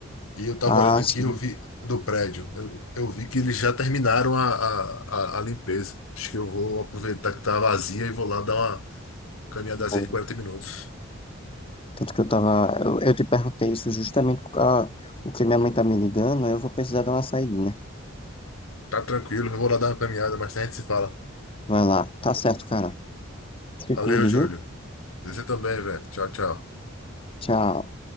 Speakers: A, on the left (about 85°); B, on the left (about 25°).
A: E eu tava
B: Ah,
A: olhando aqui,
B: sim.
A: eu vi do prédio, eu, eu vi que eles já terminaram a, a, a, a limpeza. Acho que eu vou aproveitar que tá vazia e vou lá dar uma caminhadazinha
B: boa.
A: de 40 minutos.
B: Tanto que eu tava. Eu, eu te perguntei isso justamente porque a- o que minha mãe tá me ligando, aí eu vou precisar dar uma saidinha.
A: Tá tranquilo, eu vou lá dar uma caminhada, mas a gente se fala.
B: Vai lá. Tá certo, cara. Se
A: Valeu,
B: cuide,
A: Júlio.
B: viu?
A: Você também, velho. Tchau, tchau.
B: Tchau.